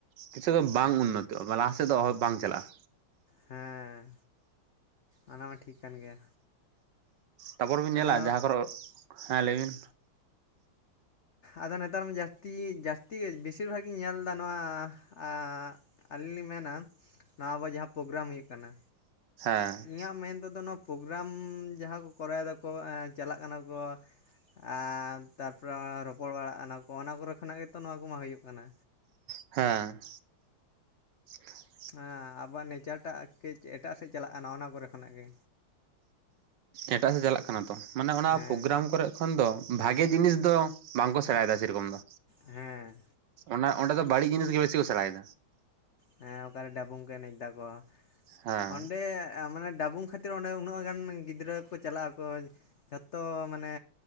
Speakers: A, on the right (about 65°); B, on the left (about 65°).
A: ᱠᱤᱪᱷᱩ ᱫᱚ ᱵᱟᱝ ᱩᱱᱱᱚᱛᱚᱜᱼᱟ ᱢᱟ ᱞᱟᱦᱟ ᱥᱮᱫ ᱫᱚ ᱚᱦᱚ ᱵᱟᱝ ᱪᱟᱞᱟᱜᱼᱟ᱾
B: ᱦᱮᱸ᱾ ᱚᱱᱟ ᱢᱟ ᱴᱷᱤᱠ ᱠᱟᱱ ᱜᱮᱭᱟ᱾
A: ᱛᱟᱨᱯᱚᱨ ᱵᱤᱱ
B: ᱟᱫᱚ
A: ᱧᱮᱞᱟ ᱡᱟᱦᱟᱸ ᱠᱚᱨᱮᱜ ᱦᱮᱸ ᱞᱟᱹᱭ ᱵᱤᱱ᱾
B: ᱟᱫᱚ ᱱᱮᱛᱟᱨ ᱢᱟ ᱡᱟᱹᱥᱛᱤ ᱡᱟᱹᱥᱛᱤ ᱜᱮ ᱵᱮᱥᱤᱨ ᱵᱷᱟᱜᱽ ᱤᱧ ᱧᱮᱞᱫᱟ ᱱᱚᱣᱟ ᱟ ᱟᱹᱞᱤᱧ ᱞᱤᱧ ᱢᱮᱱᱟ ᱱᱚᱣᱟ ᱟᱵᱚ ᱡᱟᱦᱟᱸ ᱯᱨᱳᱜᱨᱟᱢ ᱦᱩᱭᱩᱜ ᱠᱟᱱᱟ᱾
A: ᱦᱮᱸ
B: ᱤᱧᱟᱹᱜ ᱢᱮᱱ ᱛᱮᱫᱚ ᱱᱚᱣᱟ ᱯᱨᱳᱜᱨᱟᱢ ᱡᱟᱦᱟᱸ ᱠᱚ ᱠᱚᱨᱟᱣ ᱫᱟᱠᱚ ᱮᱸ ᱪᱟᱞᱟᱜ ᱠᱟᱱᱟ ᱠᱚ᱾ ᱟᱨ ᱛᱟᱨᱯᱚᱨᱮ ᱨᱚᱯᱚᱲ ᱵᱟᱲᱟᱜ ᱚᱱᱟ ᱠᱚ ᱚᱱᱟ ᱠᱚᱨᱮ ᱠᱷᱚᱱᱟᱜ ᱜᱮᱛᱚ ᱱᱚᱣᱟ ᱠᱚᱢᱟ ᱦᱩᱭᱩᱜ ᱠᱟᱱᱟ᱾
A: ᱦᱮᱸ, <unintelligible>
B: ᱦᱮᱸ ᱟᱵᱚᱟᱜ ᱱᱮᱪᱟᱨᱴᱟᱜ ᱠᱟᱹᱡ ᱮᱴᱟᱜ ᱥᱮᱫ ᱪᱟᱞᱟᱜ ᱠᱟᱱᱟ ᱚᱱᱟ ᱠᱚᱨᱮ ᱠᱷᱚᱱᱟᱜ ᱜᱮ᱾
A: ᱮᱴᱟᱜ ᱥᱮᱫ ᱪᱟᱞᱟᱜ ᱠᱟᱱᱟ ᱛᱚ, ᱢᱟᱱᱮ ᱚᱱᱟ
B: ᱦᱮᱸ
A: ᱯᱨᱳᱜᱨᱟᱢ ᱠᱚᱨᱮ, ᱠᱷᱚᱱ ᱫᱚ ᱵᱷᱟᱜᱮ ᱡᱤᱱᱤᱥ ᱫᱚ ᱵᱟᱝ ᱠᱚ ᱥᱮᱬᱟᱭᱮᱫᱟ ᱥᱮᱨᱚᱠᱚᱢ ᱫᱚ᱾
B: ᱦᱮᱸ
A: ᱚᱱᱟ ᱚᱸᱰᱮ ᱫᱚ ᱵᱟᱹᱲᱤᱡ ᱡᱤᱱᱤᱥ ᱜᱮ ᱵᱮᱥᱤ ᱠᱚ ᱥᱮᱲᱟᱭᱮᱫᱟ᱾
B: ᱦᱮᱸ ᱚᱠᱟᱨᱮ ᱰᱟᱵᱩᱝ ᱠᱚ ᱮᱱᱮᱡ ᱛᱟᱠᱚᱭᱟ,
A: ᱦᱮᱸ
B: ᱚᱸᱰᱮ ᱢᱟᱱᱮ ᱰᱟᱵᱩᱝ ᱠᱷᱟᱼᱼ ᱛᱤᱨ ᱚᱸᱰᱮ ᱩᱱᱟᱹᱜ ᱜᱟᱱ ᱜᱤᱫᱽᱨᱟᱹ ᱠᱚ ᱪᱟᱞᱟᱜ ᱟᱠᱚ, ᱡᱷᱚᱛᱚ ᱢᱟᱱᱮ